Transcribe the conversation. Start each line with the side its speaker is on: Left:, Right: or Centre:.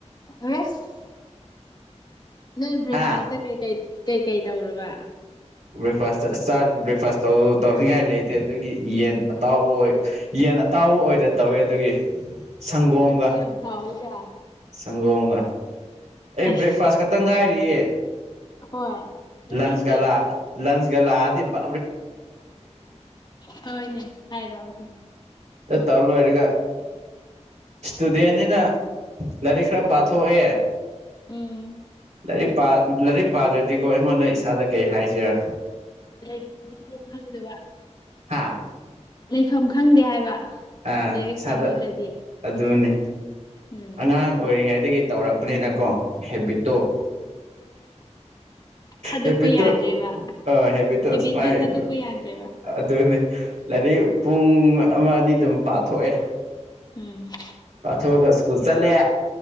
Left: ꯁ ꯅꯣꯏ ꯕ꯭ꯔꯦꯛꯐꯥꯁꯇ
Right: ꯍꯥ
Left: ꯀꯩꯀꯩ ꯀꯩꯀꯩ ꯇꯧꯔꯕ
Right: ꯭ꯔꯦꯛꯐꯥꯁ ꯆ ꯕ꯭ꯔꯦꯛꯐꯥꯁ ꯇꯧ ꯇꯧꯅꯤꯡꯉꯥꯏ ꯂꯩ ꯐꯠꯇꯦ ꯑꯗꯨꯒꯤ ꯌꯦꯟ ꯑꯇꯥꯎꯕ ꯑꯣꯏ ꯌꯦꯟ ꯑꯇꯥꯎꯕ ꯑꯣꯏꯅꯗ ꯇꯧꯋꯦ ꯑꯗꯨꯒꯤ ꯁꯪꯒꯣꯝꯒ
Left: ꯑꯁꯤ ꯌꯥꯝ ꯍꯥꯎꯋꯤꯗ
Right: ꯁꯪꯒꯣꯝꯒ ꯑꯩ
Left: ꯑꯩꯁ
Right: ꯕ꯭ꯔꯦꯛꯐꯥꯁ ꯈꯛꯇ ꯉꯥꯏꯔꯤꯌꯦ
Left: ꯍꯣꯏ ꯃꯊꯪꯗꯤ
Right: ꯂꯟꯁꯀ ꯂꯥ ꯂꯟꯁ ꯒꯂꯥꯗꯤꯕ
Left: ꯍꯣꯏꯅꯦ ꯍꯥꯏꯥꯏꯔꯣꯗ
Right: ꯑ ꯇꯥꯎꯂ ꯍꯔꯒ ꯏꯁꯇꯨꯗꯦꯅꯤꯅ ꯂꯥꯏꯔꯤꯛ ꯈꯔ ꯄꯥꯊꯣꯛꯑꯦ
Left: ꯎꯝ
Right: ꯂꯥꯏꯔꯤꯛ ꯂꯥꯏꯔꯤꯛ ꯄꯥꯗ꯭ꯔꯗꯤꯀꯣ ꯑꯩꯉꯣꯟꯗ ꯏꯁꯥꯗ ꯀꯩ ꯍꯥꯏꯁꯦꯔꯥ
Left: ꯂꯩꯐꯝꯁ ꯈꯪꯗꯕ
Right: ꯍꯥꯥ
Left: ꯂꯩꯐꯝ ꯈꯪꯗꯦ ꯍꯥꯏꯕ
Right: ꯑ
Left: ꯂꯥꯏꯔꯤꯛ
Right: ꯏꯁꯥꯗ
Left: ꯄꯥꯍꯧꯗ꯭ꯔꯗꯤ
Right: ꯑꯗꯨꯅꯦ
Left: ꯎꯝ
Right: ꯑꯉꯥꯡ ꯑꯣꯏꯔꯤꯉꯩꯗꯒꯤ ꯇꯧꯔꯛꯄꯅꯤꯅꯀꯣ ꯍꯦꯕꯤꯠꯇꯣ
Left: ꯊꯥꯗꯣꯛꯄ
Right: ꯍꯦꯕꯤ ꯇꯣ
Left: ꯌꯥꯗ꯭ꯔꯦꯕ
Right: ꯑ ꯍꯦꯕꯤ ꯇ
Left: ꯍꯦꯕꯤꯠꯇꯨ
Right: ꯁꯃꯥꯏ
Left: ꯊꯥꯗꯣꯛꯄ
Right: ꯑꯗꯨ
Left: ꯌꯥꯗ꯭ꯔꯦꯕ
Right: ꯑꯗꯨꯅꯤ ꯂꯥꯏꯔꯤꯛ ꯄꯨꯡ ꯑꯃ ꯑꯅꯤ ꯑꯗꯨꯝ ꯄꯥꯊꯣꯛꯑꯦ
Left: ꯎꯝ
Right: ꯄꯥꯊꯣꯛꯑꯒ ꯁ꯭ꯀꯨꯜ ꯆꯠꯂꯦ